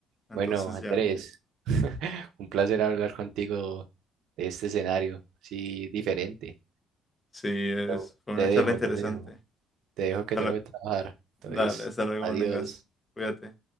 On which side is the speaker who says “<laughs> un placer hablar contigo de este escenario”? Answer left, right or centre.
Right